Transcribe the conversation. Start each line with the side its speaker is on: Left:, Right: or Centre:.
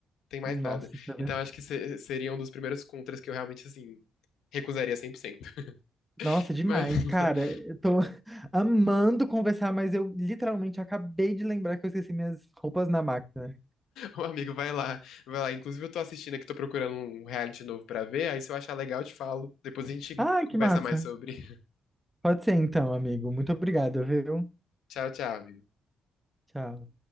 Left: tem mais
Centre: Nossa,
Left: nada.
Centre: isso é
Left: Então acho que se- seria um dos primeiros contras que eu realmente, assim, recusaria 100%. <laughs>
Centre: Nossa, demais,
Left: Mas, <laughs>
Centre: cara. Eu tô <laughs> amando conversar, mas eu literalmente acabei de lembrar que eu esqueci minhas roupas na máquina.
Left: ô amigo, vai lá, vai lá. Inclusive, eu tô assistindo aqui, tô procurando um reality novo pra ver, aí se eu achar legal, eu te falo. Depois a gente
Centre: Ai,
Left: conversa
Centre: que massa.
Left: mais sobre. <laughs>
Centre: Pode ser então, amigo. Muito obrigado, viu?
Left: Tchau, tchau, amigo.
Centre: Tchau.